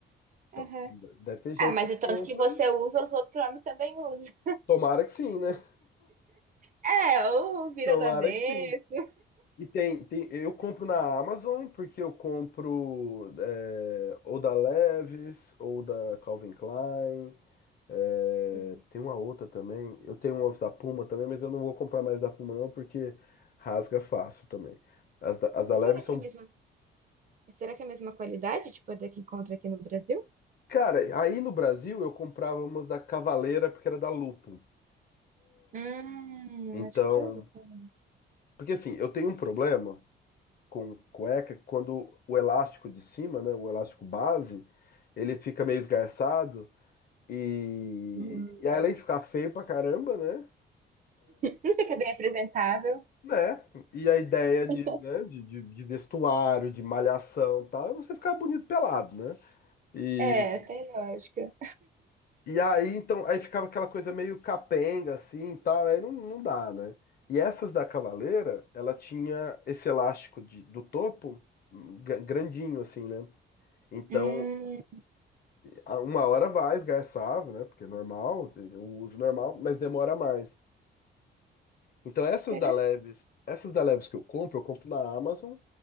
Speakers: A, on the left; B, on the right.
A: Então,
B: Aham.
A: deve ter gente
B: Ah, mas
A: que
B: o tanto
A: compra.
B: que você usa, os outros homens também usam.
A: Tomara que sim, né?
B: É, ou
A: <laughs>
B: vira
A: Tomara
B: do avesso.
A: que sim. E tem, tem, eu compro na Amazon porque eu compro é, ou da Levi's ou da Calvin Klein. é,
B: Uhum.
A: tem uma outra também. Eu tenho umas da Puma também, mas eu não vou comprar mais da Puma não porque rasga fácil também. As da, as da
B: E
A: Levi's
B: será
A: são.
B: que é a mesma, será que é a mesma qualidade, tipo, a da que encontra aqui no Brasil?
A: Cara, aí no Brasil eu comprava umas da Cavaleira porque era da Lupo.
B: Hum,
A: Então.
B: acho que eu já ouvi falar.
A: Porque assim, eu tenho um problema com cueca quando o elástico de cima, né, o elástico base, ele fica meio esgarçado e,
B: Hum.
A: e aí, além de ficar feio pra caramba, né?
B: Não fica bem apresentável.
A: Né? E a ideia de,
B: <laughs>
A: né, de, de, de vestuário, de malhação, e tal, é você ficar bonito pelado, né? E,
B: É, tem lógica.
A: e aí então, aí ficava aquela coisa meio capenga assim, e tal, aí não, não dá, né? E essas da Cavaleira, ela tinha esse elástico de- do topo hum, ga- grandinho assim, né? Então,
B: Hum,
A: a- uma hora vai esgarçar, né? Porque é normal, o uso normal, mas demora mais. Então, essas
B: interessante.
A: da Leves, essas da Leves que eu compro, eu compro na Amazon.